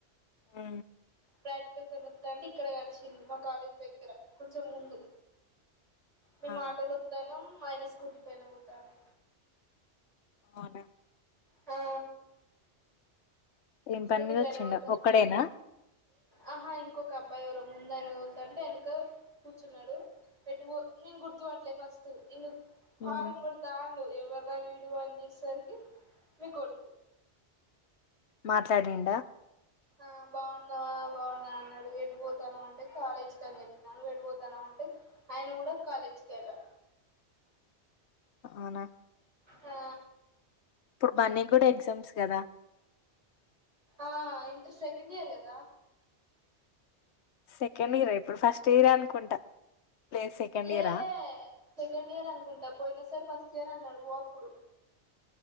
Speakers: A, on the left; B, on the right.
A: ఆ
B: ప్రాక్టికల్ కని వత్తంటే ఇక్కడ కలిసింది మా కాలేజ్ దగ్గర కొంచెం ముందు మేం
A: ఆ
B: ఆటో లో వత్తానం ఆయన స్కూటీ పైన పోతాడు
A: అవునా
B: హా
A: ఏం
B: స్కూటీ
A: పని మీద
B: పైన
A: వచ్చిండో
B: పోతాను
A: ఒక్కడేనా
B: ఆహా ఇంకొక అబ్బాయి ఎరో ముందరి బోతంటే వెనక కూర్చున్నాడు ఎటు బోత్ నేన్ గుర్తు పట్టలే ఫస్ట్ హారన్
A: ఉమ్.
B: కొడతా ఉండు ఎవర్రా వీడు వ సార్కి మీ కొడ
A: మాట్లాడిండ
B: ఆ బాగున్నావా బాగున్నా అన్నాడు విడిపోతాను అంటే కాలేజీకి అని చెప్పినాను విడిపోతాను అంటే ఆయన కూడా కాలేజ్కిడా
A: అవునా
B: హా
A: ఇప్పుడు మన్నీ కూడా ఎగ్జామ్స్ కదా
B: ఆ ఇంటర్ సెకండ్ ఇయర్ కదా
A: సెకండ్ ఇయర్ ఇప్పుడు ఫస్ట్ ఇయర్ అనుకుంటా లేదు సెకండ్
B: లేలే
A: ఇయరా
B: సెకండ్ ఇయర్ అనుకుంటా పోయినా సరే ఫస్ట్ చేర అన్నాడు ఓ అప్పుడు